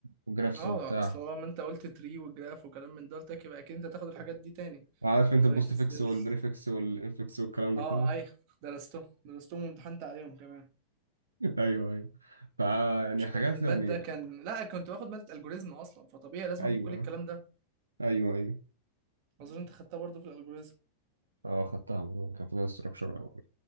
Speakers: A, on the right; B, on the right.
A: وجرافس
B: اه
A: وبتاع
B: اصل هو ما انت قلت تري وجراف وكلام من ده قلت لك يبقى اكيد انت هتاخد الحاجات دي تاني
A: عارف أنت
B: طريقه
A: البوست
B: السيرش
A: فيكس والبريفكس والإنفكس والكلام ده
B: اه
A: كله
B: ايوه درستهم درستهم وامتحنت عليهم كمان
A: <laughs> أيوه أيوه فا يعني
B: مش
A: حاجات
B: كان- المادة
A: يعني
B: كان لا كنت باخد مادة الجوريزم اصلا فطبيعي لازم
A: أيوه
B: اخد كل الكلام ده
A: أيوه أيوه
B: اظن انت خدتها برضه في الالجوريزم
A: اه خدتها برضه كان فيها استراكشر أول